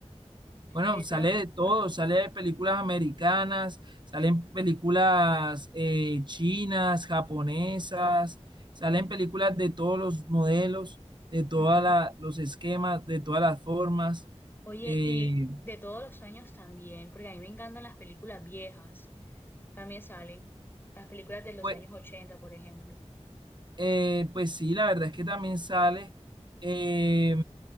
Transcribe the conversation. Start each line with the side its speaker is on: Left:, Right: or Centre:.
Right: Bueno,
Left: Esas,
Right: sale de todo,
Left: ajá.
Right: sale de películas americanas, salen películas eh, chinas, japonesas, salen películas de todos los modelos, de todos
Left: ujú.
Right: los esquemas, de todas las formas.
Left: Oye,
Right: Eh,
Left: y de todos los años también, porque a mí me encantan las películas viejas, también salen. Las películas de los
Right: pues,
Left: años ochenta, por ejemplo.
Right: eh, pues sí, la verdad es que también sale. eh,